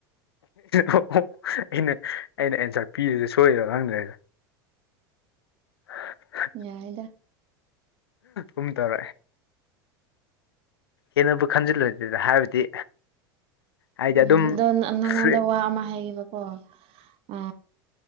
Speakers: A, on the left; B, on the right.
A: ꯑꯣ ꯑꯩꯅ ꯑꯩꯅ ꯑꯦꯟꯁꯥꯔ ꯄꯤꯔꯁꯦ ꯁꯣꯏꯗ ꯈꯪꯗ꯭ꯔꯒ ꯍ
B: ꯌꯥꯏꯗ
A: ꯎꯨꯝ ꯇꯔꯦ ꯍꯦꯟꯅꯕꯨ ꯈꯟꯖꯤꯜꯂ ꯑꯗꯨꯗ ꯍꯥꯏꯕꯗꯤ ꯍꯥꯏꯗꯤ
B: ꯎꯝ
A: ꯑꯗꯨꯝ
B: ꯑꯗꯣ ꯅꯪꯉꯣꯟꯗ
A: ꯐ꯭ꯔꯤ
B: ꯋꯥ ꯑꯃ ꯍꯥꯏꯌꯦꯕꯀꯣ ꯑ